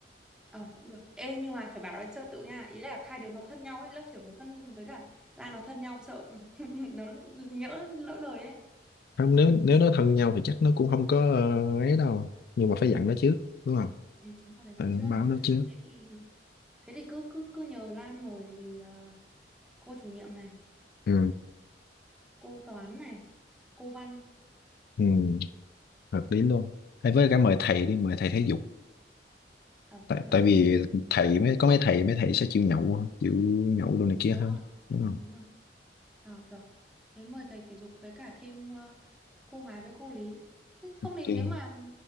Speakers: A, in the centre; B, on the left.
A: Ờ cũng được. Ê nhưng mà phải bảo nó trật tự nha, ý là hai đứa nó thân nhau ấy, lớp trưởng với con với cả ba nó thân nhau sợ <laughs> nó nhỡ lỡ lời ấy.
B: không nếu nếu nó thân nhau thì chắc nó cũng không có ờ, ấy đâu nhưng mà phải dặn nó trước đúng không
A: Ừ, đúng rồi phải dặn
B: Ờ,
A: trước.
B: báo nó trước
A: Thế thì Thế thì cứ cứ cứ nhờ Lan mời ờ, cô chủ nhiệm này,
B: ừ
A: cô toán này, cô văn
B: ừ hợp lý luôn hay với cả mời thầy đi mời thầy thể dục
A: ờ
B: tại
A: cũng được.
B: tại vì thầy mới có mấy thầy mấy thầy sẽ chịu nhậu hơn chịu nhậu
A: Ừ,
B: đồ này
A: Ừ,
B: kia
A: đúng
B: hơn
A: rồi,
B: đúng
A: đúng rồi,
B: không
A: đúng rồi. Ờ được. Thế mời thầy thể dục với cả thêm ờ, cô hóa với cô lý. Ừ, Không
B: ok
A: thì nếu mà